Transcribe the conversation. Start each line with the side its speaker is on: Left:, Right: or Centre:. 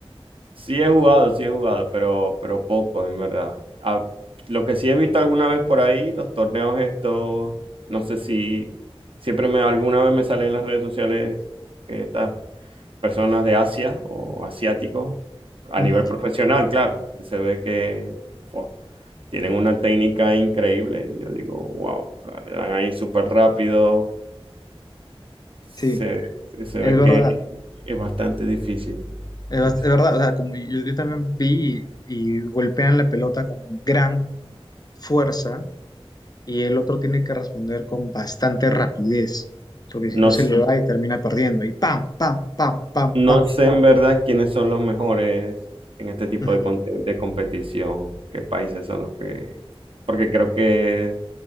Right: Sí he jugado, sí he jugado, pero, pero poco, en verdad. Ah, lo que sí he visto alguna vez por ahí, los torneos estos, no sé si siempre me alguna vez me salen en las redes sociales que estas personas de Asia o asiáticos a
Left: Ujú.
Right: nivel profesional, claro, que se ve que fua, tienen una técnica increíble. Y yo digo, wow, o sea, le dan ahí súper rápido, se,
Left: Sí,
Right: se
Left: es
Right: ve
Left: verdad.
Right: que es bastante difícil.
Left: Es, bas-
Right: Y sí.
Left: es verdad, o sea, como yo, yo también vi y, y golpean la pelota con gran fuerza y el otro tiene que responder con bastante rapidez, porque si
Right: No,
Left: no se
Right: s-
Left: le va y termina perdiendo. Y pam, pam, pam, pam,
Right: no
Left: pam.
Right: sé en verdad quiénes son los mejores en este tipo
Left: Ujú.
Right: de, con- de competición, qué países son los que... Porque creo que